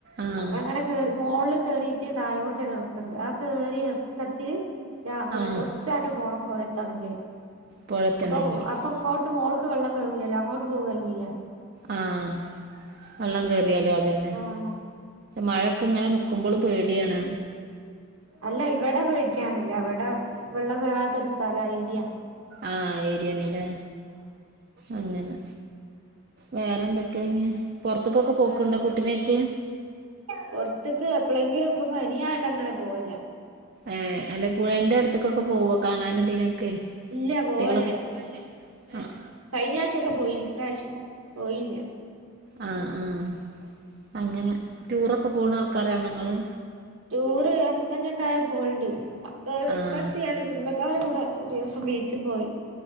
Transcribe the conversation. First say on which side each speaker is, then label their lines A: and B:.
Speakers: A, on the right (about 45°); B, on the right (about 90°).
A: ആഹ്
B: അങ്ങനെ കേറി മോളില് കേറീട്ട് താഴോട്ടോരിറക്കണ്ട് ആ കേറിറക്കത്തില് അല്ല കുറ
A: ആഹ്
B: കുറച്ചാട്ട് പോണം പോഴത്താണങ്കിൽ
A: പൊഴെത്തണെങ്കി
B: അപ്പൊ അപ്പൊ ഇങ്ങോട്ട് മോൾക്ക് വെള്ളം കെറൂലല്ലോ അങ്ങോട്ട് പോവല്ലേയ്യ
A: ആഹ് വള്ളം കേയറിയാലോ അതെന്നെ.
B: ആഹ്
A: മഴയക്കെ ഇങ്ങനെ നിക്കുമ്പോളും പേടിയാണ്.
B: അല്ല ഇവിടെ പേടിക്കാനില്ല ഇവിടെ വെള്ളം കേറാത്ത ഒരു സ്ഥലാ ഏരിയ
A: ആ ഏരിയണില്ലേ അങ്ങനെ വേറെന്തൊക്കെഞ്ഞ് പോറത്തക്കൊക്കെ പോക്ക്ണ്ടോ കുട്ടിനേറ്റ്
B: പോറത്ത്ക്ക് എപ്പളെങ്കിലും ഇപ്പൊ പനിയായോണ്ട് അങ്ങനെ പോവല്ല്ല.
A: ഏഹ് അല്ല പുഴന്റെ അടുത്ത്ക്കൊക്കെ പോവോ കാണനും ഇതിനൊക്കെ
B: ഇല്ല
A: കുട്ടികളൊക്കെ
B: പോവല്ല
A: ആഹ്
B: കഴിഞ്ഞ ആഴ്ചൊക്കെ പോയിന് ഇപ്രാവശ്യം പോയില്ല
A: ആഹ് ആഹ് അങ്ങന ടൂറൊക്കെ പോണ ആൾക്കാരാണോ ഇങ്ങള്
B: ടൂറ് ഹസ്ബൻഡ്ണ്ടായ പോവല്ണ്ട്. ഇപ്പ
A: ആഹ്
B: ഇപ്പട്ത്ത് ഞാൻ കുടുംബക്കാരെ കൂടെ ഒരു ദിവസം ബീച്ച് പോയി